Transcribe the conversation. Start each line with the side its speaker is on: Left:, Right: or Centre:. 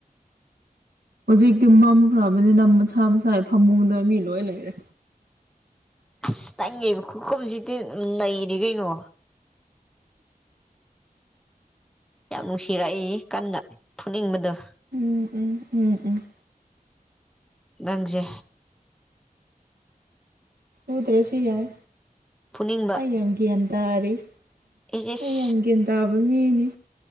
Right: ꯍꯧꯖꯤꯛꯇꯤ ꯃꯝꯈ꯭ꯔꯕꯅꯤꯅ ꯃꯁꯥ ꯃꯁꯥ ꯐꯃꯨꯡꯗ ꯃꯤ ꯂꯣꯏ ꯂꯩꯔꯦ
Centre: ꯑꯁ ꯅꯪꯒꯤ ꯈꯨꯈꯨꯝꯁꯤꯗꯤ ꯅꯩꯔꯦ ꯀꯩꯅꯣ ꯌꯥꯝ ꯅꯨꯡꯁꯤꯔꯛꯏ ꯀꯟꯅ ꯐꯨꯅꯤꯡꯕꯗꯣ
Right: ꯎꯝ ꯎꯝ ꯎꯝ ꯎꯝ
Centre: ꯅꯪꯁꯦ
Right: ꯐꯨꯗ꯭ꯔꯁꯨ ꯌꯥꯏ
Centre: ꯐꯨꯅꯤꯡꯕ
Right: ꯑꯩ ꯌꯥꯝ ꯒ꯭ꯌꯥꯟ ꯇꯥꯔꯤ
Centre: ꯏꯁ ꯏꯁ
Right: ꯑꯩ ꯌꯥꯝ ꯒ꯭ꯌꯥꯟ ꯇꯥꯕ ꯃꯤꯅꯤ